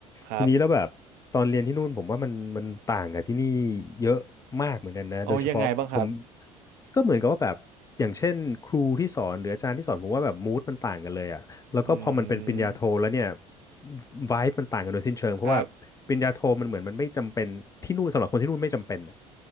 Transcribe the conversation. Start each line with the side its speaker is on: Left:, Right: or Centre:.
Right: ครับ
Left: ทีนี้แล้วแบบตอนเรียนที่นู่นผมว่ามันมันต่างกับที่นี่เยอะมากเหมือนกันนะโดยเฉพาะผม
Right: เอายังไงบ้างครับ
Left: ก็เหมือนกับว่าแบบอย่างเช่นครูที่สอนหรืออาจารย์ที่สอนผมว่าแบบมูดมันต่างกันเลยอ่ะ แล้วก็พอมันเป็นปริญญาโทแล้วเนี่ย
Right: อืม
Left: vibe มันต่างกันโดยสิ้นเชิงเพราะว่าปริญญาโทมันเหมือนมันไม่จำเป็นที่นู่นสำหรับคนที่นู่นไม่จำเป็นน่ะ
Right: ครับ